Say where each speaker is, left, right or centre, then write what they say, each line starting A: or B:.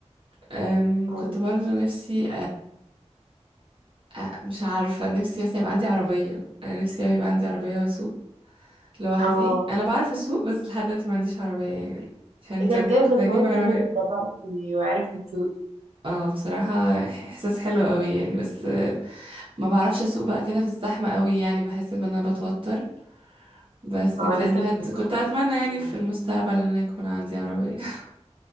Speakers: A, on the right (about 50°); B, on the right (about 85°).
A: أم،
B: أيوة.
A: كنت برضو نفسي آه، مش عارفة نفسي بس يبقى عندي عربية أنا نفسي أوي يبقى عندي عربية وأسوق لوحدي
B: اه
A: أنا بعرف أسوق بس لحد دلوقتي ما عنديش عربية يعني عشان
B: إيه
A: كان
B: ده بجد
A: كنت هجيب
B: كويس
A: عربية
B: إن أنت اتدربتي وعرفتي تسوقي
A: اه بصراحة إح- إحساس حلو أوي يعني بس آه، ما بعرفش أسوق بقى كده في الزحمة أوي يعني بحس إن أنا بتوتر بس
B: أه
A: كان
B: لسه
A: هت...
B: مش
A: كنت
B: متوقعة
A: أتمنى يعني
B: يعني
A: في المستقبل إن أنا يكون عندي عربية <laughs>